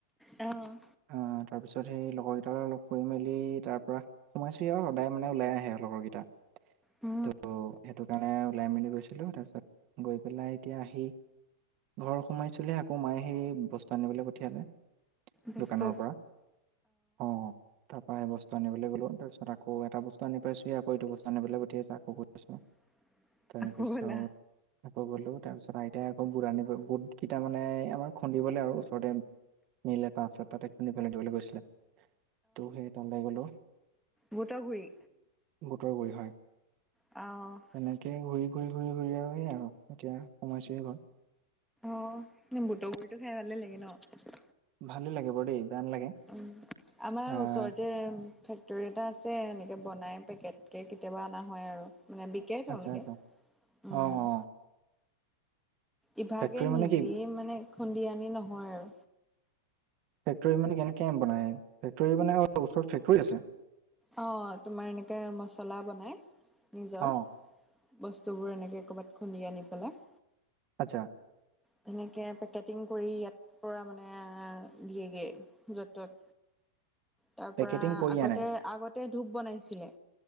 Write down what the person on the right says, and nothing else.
আহ' তাৰ পিছত সেই লগৰ কেইটা অলপ ফুৰি মেলি তাৰ পৰা সোমাইছোহি আৰু সদায় মানে ওলাই আহে আৰু লগৰ কেইটা।
ত' সেইটো কাৰণে ওলাই মেলি বুলি গৈছিলো তাৰপিছত গৈ পেলাই এতিয়া আহি ঘৰ সোমাইছিলোহি আকৌ মায়ে আহি বস্তু আনিবলৈ পঠিয়ালে।
দোকানৰ পৰা অঁ। তাৰ পৰাই বস্তু আনলৈ গ'লো তাৰপছত আকৌ এটা বস্তু আনি পাইছোঁহি আকৌ এইটো বস্তু নিবলৈ গঠিয়াইছে আকৌ গৈছোঁ।
তাৰ পিছত
আকৌ গ'লো তাৰপিছত আইতাই আকৌ বুট বুটকেইটা মানে আমাৰ খুন্দিবলৈ আৰু ওচৰতে মিল এটা আছে তাতে খুন্দি পেলাই দিবলৈ কৈছিলে, ত' সেই তালৈ গ'লো।
বুটৰগুৰি হয়।
তেনেকৈ ঘূৰি ঘূৰি ঘূৰি ঘূৰি আৰু সেই আৰু এতিয়া সোমাইছোঁৱেই ঘৰত।
ভালেই লাগে বাৰু দেই বেয়া নালাগে।
আহ
আচ্ছা আচ্ছা
অ অ
ফেক্টৰী মানে
কি
ফেক্টৰী মানে কেনেকে বনাই, ফেক্টৰী মানে ওচৰত ফেক্টৰী আছে?
অ
আচ্ছা'।
পেকেটিং
কৰি
আনে